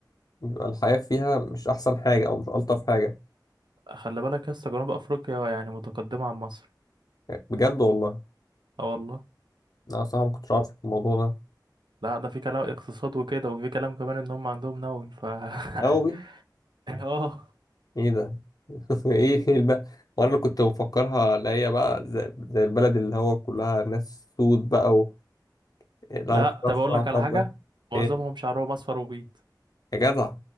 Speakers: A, on the left; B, on the right.
A: بيبقى الحياة فيها مش احسن حاجة او مش الطف حاجة
B: خلي بالك يا اسطى جنوب افريقيا يعني متقدمة عن مصر
A: يعني بجد والله
B: اه والله
A: لا صعب كنت عارف الموضوع ده
B: لا ده في كلام اقتصاد وكده وفي كلام كمان ان هم عندهم نووي ف
A: لا والله
B: <laughs> اه
A: ايه ده <laughs> ايه الب... وانا اللي كنت مفكرها اللي هي بقى زي, زي البلد اللي هو كلها ناس سود بقى و... إيه، لا
B: لا
A: ما كنتش عارف
B: طب اقول
A: الصراحة
B: لك
A: الحوار
B: على حاجة
A: ده
B: معظمهم
A: ايه
B: شعرهم اصفر وبيض
A: يا جدع